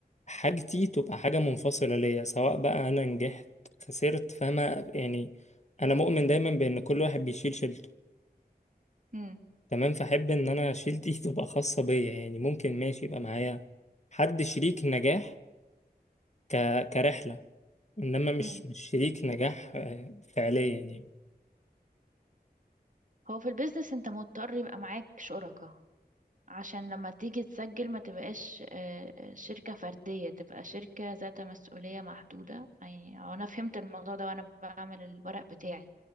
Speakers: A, on the left; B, on the right.
A: حاجتي تبقى حاجه منفصله ليا سواء بقى انا نجحت خسرت فما يعني انا مؤمن دايما بان كل واحد بيشيل شيلته
B: مم.
A: تمام فأحب إن أنا شيلتي <laughs> تبقى خاصة بيا يعني ممكن ماشي يبقى معايا حد شريك نجاح ك... كرحلة إنما مش
B: مم.
A: مش شريك نجاح آه، فعليا يعني
B: هو في البيزنس انت مضطر يبقى معاك شركاء عشان لما تيجي تسجل ما تبقاش آه، آه، شركة فردية تبقى شركة ذات مسؤولية محدودة يعني هو أنا فهمت الموضوع ده وأنا بعمل الورق بتاعي